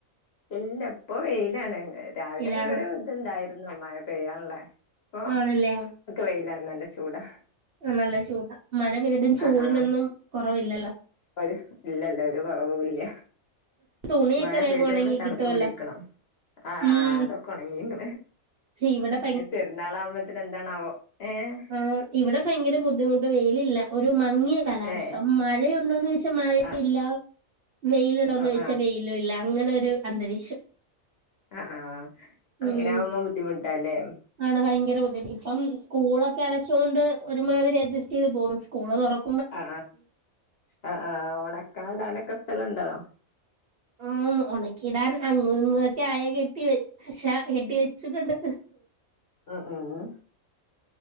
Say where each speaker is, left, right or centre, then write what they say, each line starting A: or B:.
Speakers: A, on the left; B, on the right.
A: ഇല്ല ഇപ്പോൊ വെയിലാണ് രാവിലെ
B: ഇലാണ്
A: അങ്ങനെ ഒരു ഇത്ണ്ടായ <unintelligible> അ പെയ്യണല്ലേ ഓ
B: ആണല്ലേ
A: ഒക്കെ വെയിലാണ് നല്ല ചൂടാ
B: നല്ല ചൂടാ മഴ പെയ്തിട്ടും ചൂടിനൊന്നും
A: ആഹ് ആഹ്
B: കൊ കുറവ ഇല്ലോ
A: ഒരു ഇല്ലല്ല കുറവല്ല
B: തുണിയൊക്കെ
A: മഴ
B: വേഗം
A: പെയയത്
B: ഉണങ്ങി
A: ഇങ്ങ തണുപ്പ്
B: കിട്ടുമല്ലോ
A: പിടിക്കണം ആ്
B: ഉം
A: അതൊക്കെ ഉണങ്ങിങ്ങ
B: ഇവിടെ
A: ഇ പെരുന്നാള ആകുമ്പോത്തന് എന്താണാവോ ഏഹ്
B: ആ് ഇവിടെ ഭയങ്കര ബുദ്ധിമുട്ട് വെയിലില്ല ഒരു മങ്ങിയ കാലാവസ്ഥ
A: ഏഹ്
B: മഴയു ഉണ്ട ഴ
A: ആഹ്
B: ഇല്ല വെയിലുണ്ടോന്ന്
A: ആഹ്
B: ദിച്ചാൽ വെയിലും ഇല്ല അങ്ങനെ ഒരു അന്തരീക്ഷം
A: ആഹ് ആഹ്
B: ഉം
A: അങ്ങനെ ആവ്പ ബുദ്ധിമുട്ടല്ലേ
B: ആണ് <unintelligible> ഇപ്പം സ്കൂളൊക്കെ അടച്ചൊണ്ട് ഒരുമാതിരി അഡ്ജസ്റ്റ് ചെയ്ത് പോകുന്നു സ്കൂള് തുറക്ക
A: ആ ആ ആ ഉണക്കാടാനൊക്കെ സ്ഥലണ്ടോ
B: ആ ഉണക്കി ഇടാൻ അങ്ങങ് ഇങ്ങൊക്കെ ആയാ കെട്ടി വെ പക്ഷാ എട്ടി വെച്ചിട്ടുണ്ട്
A: ആ ആ ആ